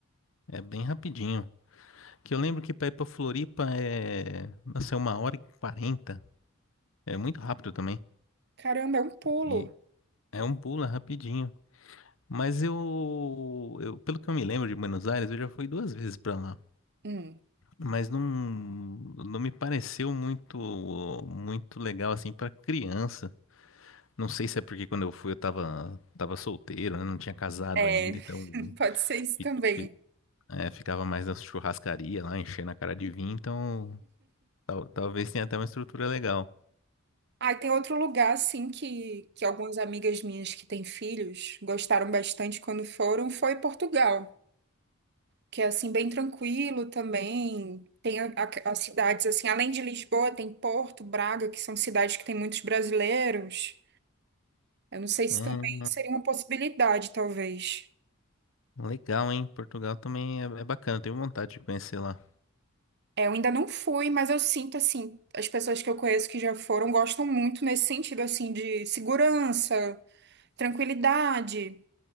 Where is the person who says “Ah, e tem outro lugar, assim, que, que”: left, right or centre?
Right